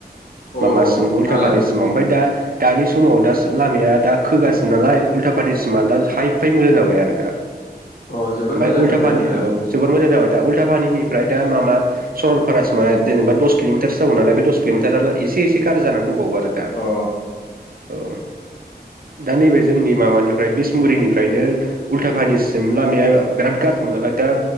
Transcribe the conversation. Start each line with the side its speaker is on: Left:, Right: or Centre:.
Right: माबासिम
Left: अ
Right: उल्थाफानिसिमाव
Left: दालाय
Right: ओमफ्राय दा। दानि समाव दा लामाया दा खोगासि नालाय उल्था फानिसिमा दा हाइ फाइ मोजां जाबाय आरो दा।
Left: अ जोबोद
Right: ओमफ्राय
Left: मोजां
Right: उल्था
Left: जाबाय
Right: फानि
Left: आरोना
Right: औ जोबोद मोजां जाबाय दा उल्था फानिनि ओमफ्राय दा माबा सरलफारासिमा
Left: उम
Right: जेनेबा दस किल'मिटार बे दस किल'मिटारा एसे एसे गाज्रि जानानै दंबावो आरो दा
Left: अ
Right: औ। दा नैबे जोंनि माबानिफ्राय बिसमुरिनिफ्रायनो उल्थाफानिसिम लामाया बिराद गाज्रिमोन नालाय दा